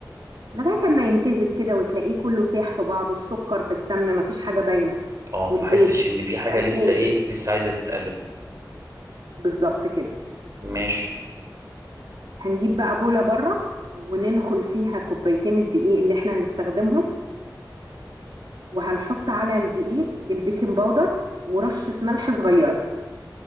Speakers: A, on the right; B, on the right.
A: لغاية ما يمتزج كده وتلاقيه كله ساح في بعضه السكر في السمنة مفيش حاجة باينة
B: اه
A: وفي البيض
B: ما احسش ان في حاجه
A: سايب
B: لسه ايه
A: كده.
B: لسه عايزه تتقلب
A: بالظبط كده
B: ماشي
A: هنجيب بقى بولة بره وننخل فيها كوبايتين الدقيق اللي احنا هنستخدمهم وهنحط على الدقيق البيكنج باودر ورشة ملح صغيرة